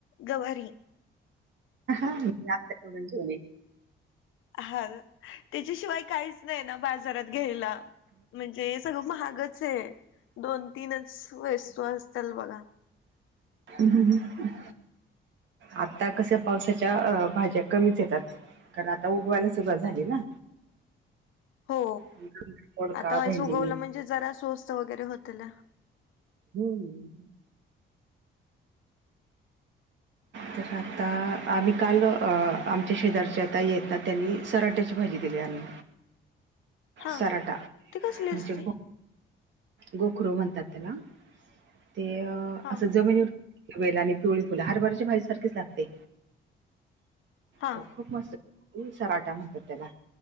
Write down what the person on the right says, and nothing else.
लाकडं तोडून ठेवली.
हम्म हम. आता कस्या पावसाच्या भाज्या कमीच येतात कारण आता उगवायला.. <unintelligible> झाली ना
दोडका
भेंडी
हम्म. तर आता आम्ही काल आमच्या शेजारचे आता येतात त्यांनी... सराट्याची भाजी दिली आम्ही
सराटा
म्हणजे...
गोखरू म्हणतात त्याला ते
असं
जमिनीवर... वेल आणि पिवळी फुलं हरभराची भाजी सारखीच लागते.
तर खूप मस्त सराटा म्हणतात त्याला